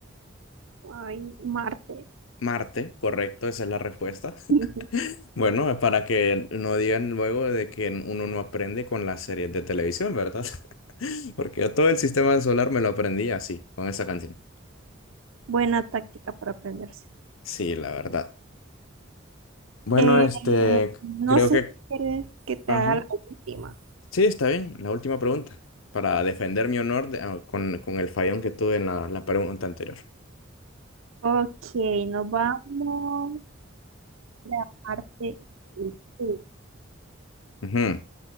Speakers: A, on the right (about 85°); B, on the left (about 75°).
A: ay, Marte.
B: Marte, correcto, esa es la respuesta.
A: <laughs>
B: <laughs> Bueno, para que no digan luego de que uno no aprende con las series de televisión, ¿verdad? <laughs> Porque yo todo el sistema solar me lo aprendí así, con esa canción.
A: Buena táctica para aprenderse.
B: Sí, la verdad. Bueno,
A: Eh,
B: este,
A: no
B: creo
A: sé
B: que...
A: si quieres que te
B: Ajá.
A: haga la última.
B: Sí, está bien. La última pregunta, para defender mi honor de- ah, con, con el fallón que tuve en la, la pregunta anterior.
A: Ok, nos vamos a la parte. última.
B: Ujú,